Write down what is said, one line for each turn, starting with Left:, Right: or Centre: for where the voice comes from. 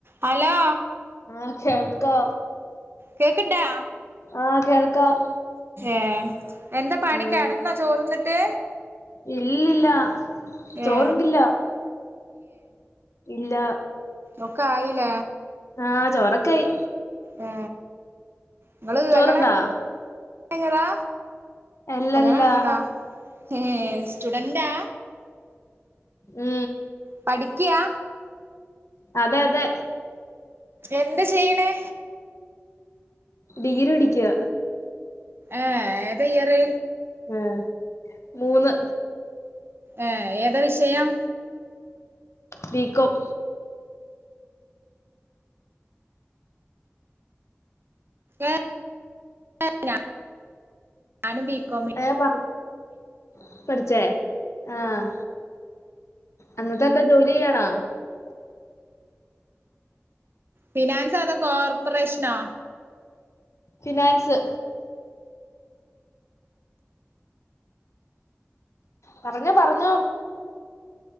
Right: ഹലോ.
Left: ആ കെട്ക്കോ?
Right: കേക്ക്ണ്ടാ
Left: ആഹ് കേൾക്കാം
Right: ഏമ് എന്താ പണി
Left: ആഹ്
Right: കിടന്ന ചോറുന്ന്ണ്ട്?
Left: ഇല്ലില്ല ചോറുണ്ടില്ല
Right: ഏ
Left: ഇല്ല.
Right: ഒക്ക, ആയിലേ?
Left: ആഹ് ചോറക്കായി.
Right: ഏ ഇങ്ങള്
Left: ചോറുണ്ടാ
Right: കല്യാണം കയ്ഞ്ഞതാ?
Left: അല്ലല്ല
Right: കല്യാണംകയ്ഞ്ഞ ടാ, ഏ സ്റ്റുഡന്റാ?
Left: മ്.
Right: പഠിക്ക്യാ?
Left: അതെ അതെ.
Right: എന്ത ചെയ്യ്ണേ?
Left: ഡിഗ്രി പഠിക്യാ.
Right: ഏ ഏതാ ഇയറ്?
Left: ആഹ് മൂന്ന്
Right: ഏ ഏതാ വിഷയം?
Left: B com.
Right: ഏ <unintelligible> ഞാനും ബീക്കോമ്
Left: <unintelligible> ആഹ്, എന്നിട്ട് എന്താ ജോലി ചെയ്യണാ?
Right: ഫിനാൻസോ അതോ കോർപ്പറേഷനോ?
Left: ഫിനാൻസ്. പറഞ്ഞോ പറഞ്ഞോ.